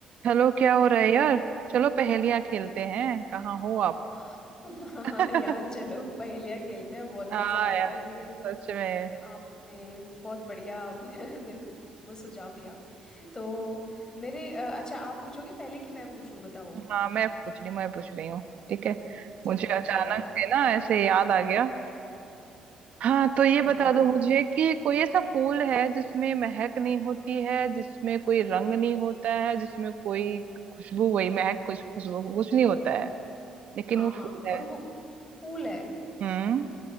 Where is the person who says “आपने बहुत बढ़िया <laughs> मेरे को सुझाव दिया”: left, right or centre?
Left